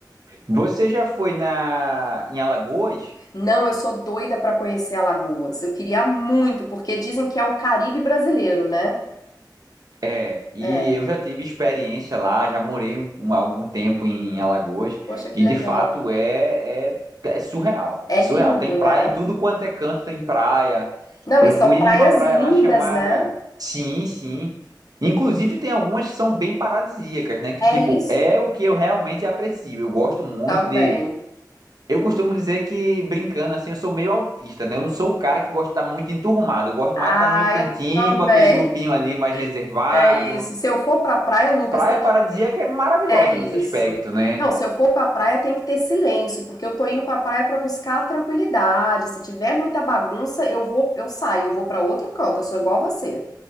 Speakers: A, on the right (about 55°); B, on the left (about 55°).
A: Você já foi na em Alagoas?
B: Não, eu sou doida pra conhecer Alagoas. Eu queria muito, porque dizem que é o Caribe brasileiro, né?
A: É, e
B: É,
A: eu já tive experiência lá, já morei um, um- algum tempo em Alagoas,
B: poxa,
A: e
B: que legal.
A: de fato é, é, é surreal.
B: É
A: É surreal.
B: lindo,
A: Tem praia
B: né?
A: em tudo quanto é canto, tem praia.
B: Não,
A: Eu
B: e são
A: fui
B: praias
A: em uma praia
B: lindas,
A: lá chamada.
B: né?
A: Sim, sim. Inclusive tem algumas que são bem paradisíacas, né? Que tipo,
B: É isso
A: é o que eu realmente aprecio. Eu gosto muito
B: também.
A: de. Eu costumo dizer que, brincando assim, eu sou meio autista, né? Eu não sou o cara que gosta de estar muito enturmado. Eu gosto
B: Ah,
A: mais de estar no meu cantinho,
B: eu também.
A: com aquele grupinho
B: <laughs>
A: ali mais reservado
B: É isso. Se eu for pra praia, Lucas,
A: praia
B: tem
A: paradisíaca
B: que.
A: é maravilhosa
B: É isso.
A: nesse aspecto, né?
B: Não, se eu for pra praia, tem que ter silêncio, porque eu tô indo pra praia pra buscar a tranquilidade. Se tiver muita bagunça, eu vou, eu saio, eu vou pra outro canto. Eu sou igual você.